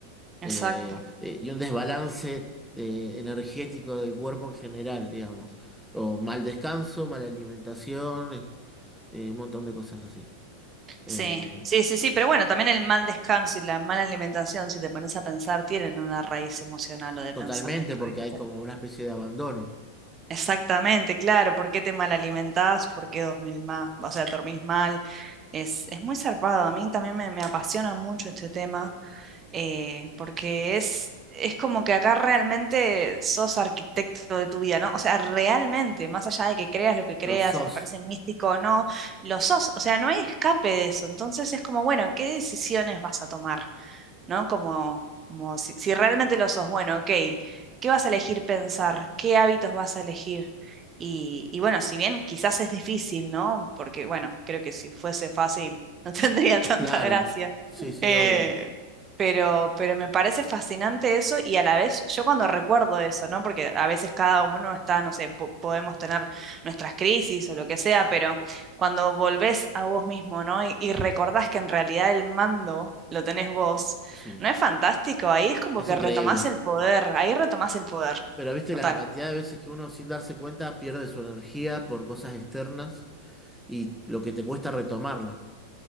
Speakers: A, in the centre; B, on the right.
A: eh,
B: Exacto.
A: eh, y un desbalance eh, energético del cuerpo en general, digamos, o mal descanso, mala alimentación, eh, eh, un montón de cosas así. Eh,
B: Sí, sí, sí, sí, pero bueno, también el mal descanso y la mala alimentación, si te pones a pensar, tienen una raíz emocional o de
A: totalmente
B: pensamiento,
A: porque
B: ¿viste?
A: hay como una especie de abandono.
B: Exactamente, claro, ¿por qué te mal alimentás? ¿Por qué dormís más? O sea, dormís mal. Es, es muy zarpado, a mí también me, me apasiona mucho este tema eh, porque es, es como que acá realmente sos arquitecto de tu vida, ¿no? O sea, realmente, más allá de que creas lo que creas,
A: Lo sos.
B: si te parece místico o no, lo sos, o sea, no hay escape de eso, entonces es como, bueno, ¿qué decisiones vas a tomar? ¿no? Como, como si, si realmente lo sos, bueno, ok, ¿qué vas a elegir pensar? ¿Qué hábitos vas a elegir? Y, y bueno, si bien quizás es difícil, ¿no? Porque bueno, creo que si fuese fácil <laughs> no tendría tanta
A: Claro,
B: gracia.
A: sí, sí,
B: Eh,
A: obvio.
B: pero, pero me parece fascinante eso y a la vez yo cuando recuerdo eso, ¿no? Porque a veces cada uno está, no sé, po- podemos tener nuestras crisis o lo que sea, pero cuando volvés a vos mismo, ¿no? Y, y recordás que en realidad el mando lo tenés vos
A: Sí,
B: ¿No es fantástico? Ahí es como
A: es
B: que
A: increíble.
B: retomás el poder, ahí retomás el poder,
A: Pero viste
B: total.
A: la cantidad de veces que uno sin darse cuenta pierde su energía por cosas externas y lo que te cuesta retomarla.